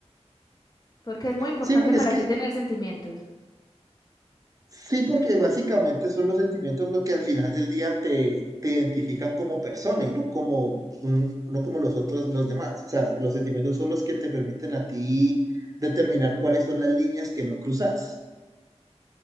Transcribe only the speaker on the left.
porque es muy importante
para
ti tener sentimientos.